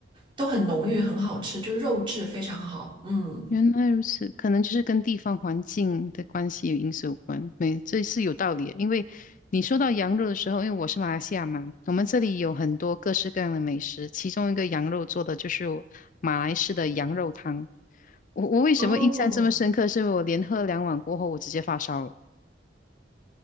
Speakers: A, on the right; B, on the left.
A: 都很浓郁，很好吃，就肉质非常好，嗯，
B: 原来如此，可能就是跟地方环境的关系有因素有关。没，这是有道理的，因为你说到羊肉的时候，因为我是马来西亚嘛，我们这里有很多各式各样的美食，其中一个羊肉做的就是马来式的羊肉汤。我我为什么印象这么深刻？
A: 哦，
B: 是因为我连喝两碗过后，我直接发烧了。